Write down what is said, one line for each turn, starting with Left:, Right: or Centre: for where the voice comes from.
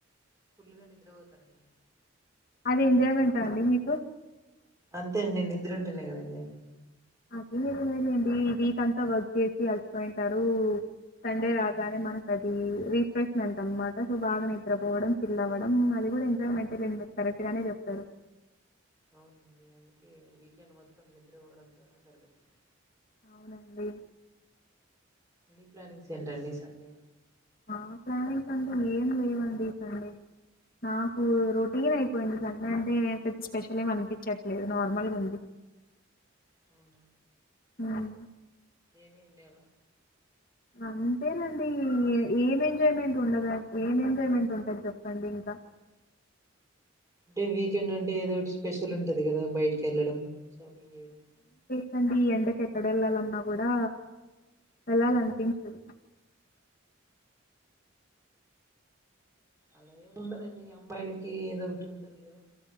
Right: ఫుల్గా నిద్రపోతానండి
Left: అదే ఎంజాయ్మెంటా అండి మీకు
Right: అంతే అండి నిద్ర ఉంటునే కదా ఎంజాయ్ మె
Left: అధీ నిజమేలేండి వీక్ అంతా వర్క్ చేసి అల్సిపోయింటారూ సండే
Right: ఉమ్
Left: రాగానే మనక్ అది రీఫ్రెష్మెంట్ అనమాట సో బాగా నిద్రపోవడం ఫిల్ అవ్వడం అది కూడా ఎంజాయ్మెంటేలేండి కరెక్ట్ గానే చెప్తారు
Right: అవునండి అందుకే వీకెండ్ మొత్తం నిద్ర పోవడంతోనే సరిపెడుతుంది
Left: అవునండి
Right: మీ ప్లానింగ్స్ ఏంటండీ సండే
Left: మా ప్లానింగ్స్ అంటే ఏం లేవండి సండే నాకు రొటీన్ అయిపోయింది సండే అంటే పెద్ద స్పెషల్ ఏమి అనిపించట్లేదు నార్మల్గా ఉంది
Right: అవునా
Left: మ్మ్
Right: ఏమి అండి అలా
Left: అంతేనండి ఎ ఏం ఎంజాయ్మెంట్ ఉండదు ఏం ఎంజాయ్మెంట్ ఉంటది చెప్పండి ఇంకా
Right: అంటే వీకెండ్ అంటే ఏదో ఒకటి స్పెషల్ ఉంటది కదా బయటికి వెళ్ళడం షాపింగ్ చేయడం
Left: కండి ఈ ఎండకి ఎక్కడ వెళ్ళాలన్నా కూడా వెళ్ళాలనిపించదు
Right: అలా ఏం ఉండదండి అమ్మాయిలకి ఏదో ఒకటి ఉంటది కదా